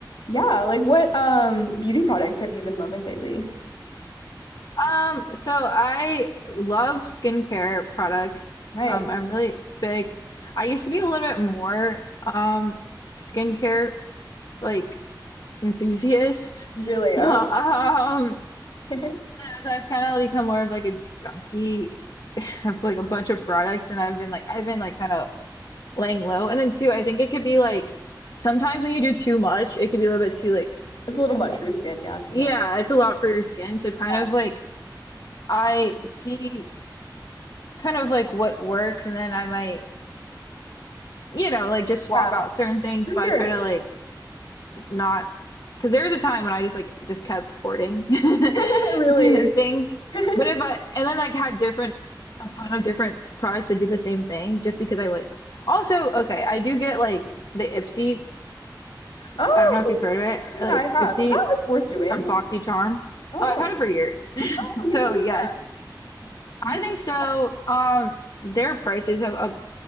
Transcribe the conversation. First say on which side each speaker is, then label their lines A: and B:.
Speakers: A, on the left (about 85°); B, on the left (about 60°).
A: Yeah, like what um beauty products have you been loving lately?
B: Um, so I love skincare products.
A: Nice.
B: Um, I'm really big. I used to be a little bit more um skincare like enthusiast. <laughs>
A: Really?
B: Um,
A: Oh. <laughs>
B: as I've kind of become more of like a junkie of like a bunch of products and I've been like I've been like kind of laying low. And then too, I think it could be like sometimes when you do too much, it could be a little bit too like
A: It's a little much <laughs> for your skin, yeah, sometimes.
B: yeah, it's a lot for your skin. So kind
A: Yeah,
B: of like I see kind of like what works and then I might, you know, like just swap
A: yeah,
B: out certain things,
A: for
B: but
A: sure.
B: I try to
A: yeah.
B: like not because there was a time when I just like just kept hoarding <laughs> things.
A: <laughs> Really. <laughs>
B: But if I and then like had different a ton of different products that do the same thing just because I like also okay, I do get like the Ipsy,
A: Oh,
B: I don't know if you've heard of it, or,
A: yeah,
B: like
A: I have.
B: Ipsy
A: Is that like worth doing?
B: or BoxyCharm.
A: Oh,
B: Oh, I've had it for years.
A: oh,
B: <laughs> So
A: yeah,
B: yes,
A: yeah. yeah.
B: I
A: Oh,
B: think so. Um, their prices have up